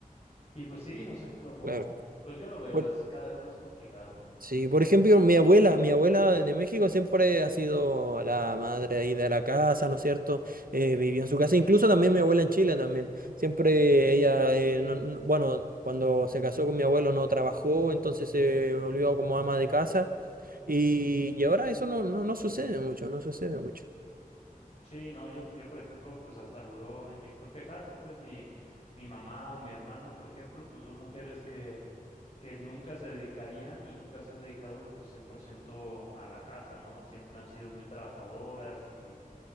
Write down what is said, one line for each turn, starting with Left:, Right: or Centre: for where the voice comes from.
Left: Y pues sí, o sea, como,
Right: Claro.
Left: pues yo lo veo,
Right: Bueno,
Left: es cada vez más complicado.
Right: Sí, por ejemplo, mi abuela, mi abuela de México siempre ha sido la madre ahí de la casa, ¿no es cierto? Eh, vivió en su casa, incluso también mi abuela en Chile también. Siempre ella, eh, no- no- bueno, cuando se casó con mi abuelo no trabajó, entonces se volvió como ama de casa y, y ahora eso no, no, no sucede mucho, no sucede mucho.
Left: Sí, no, yo, yo por ejemplo, pues hasta lo veo en mi propia casa, pues mi, mi mamá o mi hermana, por ejemplo, pues son mujeres que, que nunca se dedicarían y nunca se han dedicado pues 100% a la casa, ¿no? Siempre han sido muy trabajadoras y